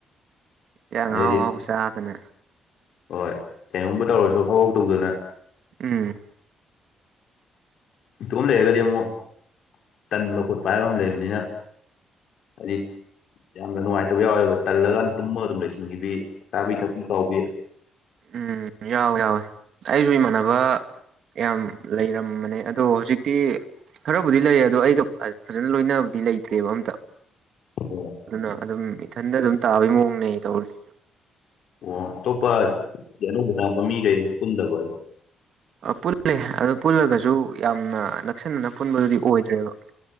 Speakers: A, on the right (about 65°); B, on the left (about 70°).
A: ꯍꯦꯟꯖꯥꯡ
B: ꯑꯗꯩꯗꯤ
A: ꯑꯍꯥꯎ ꯑꯍꯥꯎ ꯆꯥꯗꯅ
B: ꯍꯣꯏ ꯀꯩꯅꯣꯝꯕꯨ ꯇꯧꯔꯁꯨ ꯐꯍꯧ ꯇꯧꯗꯅ
A: ꯎꯝ
B: ꯏꯇꯣꯞ ꯂꯩꯔꯒꯗꯤ ꯑꯃꯨꯛ ꯇꯟꯕ ꯈꯣꯠꯄ ꯍꯥꯏꯕ ꯑꯃ ꯂꯩꯕꯅꯤꯅ ꯑꯔꯤ ꯌꯥꯝꯅ ꯅꯨꯡꯉꯥꯏꯇꯕ ꯌꯥꯎꯋꯦꯕ ꯇꯜꯂꯀꯥꯟ ꯇꯨꯝꯃꯒ ꯑꯗꯨꯝ ꯂꯩꯁꯤꯟꯕꯤꯕꯤ ꯆꯥꯕꯤ ꯊꯛꯄꯤ ꯀꯥꯎꯕꯤ
A: ꯎꯝ ꯌꯥꯎꯋꯦ ꯌꯥꯎꯋꯦ ꯑꯩꯖꯨ ꯏꯃꯥꯟꯅꯕ ꯌꯥꯝ ꯂꯩꯔꯝꯕꯅꯦ ꯑꯗꯣ ꯍꯧꯖꯤꯛꯇꯤ ꯈꯔꯕꯨꯗꯤ ꯂꯩ ꯑꯗꯣ ꯑꯩꯒ ꯐꯖꯅ ꯂꯣꯏꯅꯕꯗꯤ ꯂꯩꯇ꯭ꯔꯦꯕ ꯑꯝꯇ
B: ꯑꯣ
A: ꯑꯗꯨꯅ ꯑꯗꯨꯝ ꯏꯊꯟꯇ ꯑꯗꯨꯝ ꯇꯥꯕꯩ ꯃꯑꯣꯡꯅꯦ ꯑꯩ ꯇꯧꯔꯤꯁꯦ
B: ꯑꯣ ꯑꯇꯣꯞꯄ ꯑꯅꯧꯕ ꯆꯪꯉꯛꯄ ꯃꯤꯒꯩ ꯑꯝ ꯄꯨꯟꯗꯕ꯭ꯔꯣ ꯍꯥꯏꯖꯦ
A: ꯄꯨꯜꯂꯦ ꯑꯗꯣ ꯄꯨꯜꯂꯒꯁꯨ ꯌꯥꯝꯅ ꯅꯛꯁꯤꯟꯅꯅ ꯄꯨꯟꯕꯗꯨꯗꯤ ꯑꯣꯏꯗ꯭ꯔꯦꯕ